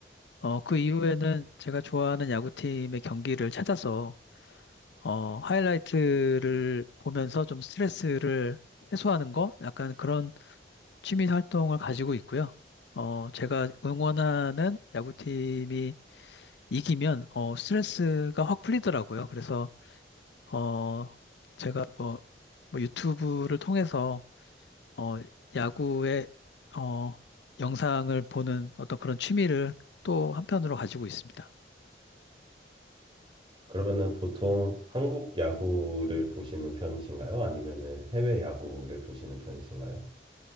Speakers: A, on the left; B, on the right.
A: 어, 그 이후에는 제가 좋아하는 야구팀의 경기를 찾아서 어, 하이라이트를 보면서 좀 스트레스를 해소하는 거 약간 그런 취미 활동을 가지고 있고요. 어, 제가 응원하는 야구팀이 이기면 어, 스트레스가 확 풀리더라고요. 그래서 어, 제가 뭐, 뭐 유튜브를 통해서 어, 야구의 어, 영상을 보는 어떤 그런 취미를 또 한편으로 가지고 있습니다.
B: 그러면은 보통 한국 야구를 보시는 편이신가요? 아니면은 해외 야구를 보시는 편이신가요?